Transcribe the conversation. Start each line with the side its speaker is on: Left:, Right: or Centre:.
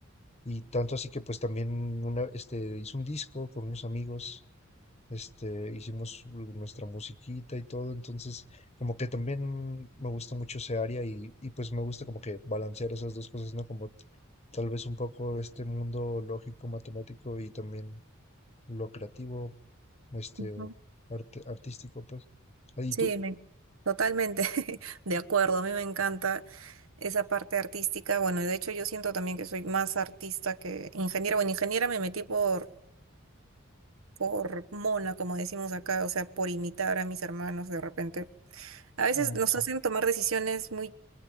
Left: Y tanto así que pues también una este hice un disco con unos amigos, este hicimos nuestra musiquita y todo, entonces como que también me gusta mucho ese área y y pues me gusta como que balancear esas dos cosas, ¿no? Como tal vez un poco este mundo lógico, matemático y también lo creativo, este,
Right: ujú.
Left: arte- artístico, pues. Ah, ¿Y
Right: Sí,
Left: tú?
Right: me- totalmente <laughs> de acuerdo. A mí me encanta esa parte artística. Bueno, y de hecho yo siento también que soy más artista que ingeniera. Bueno, ingeniera me metí por, por mona, como decimos acá, o sea, por imitar a mis hermanos de repente. A veces
Left: No
Right: nos
Left: sí.
Right: hacen tomar decisiones muy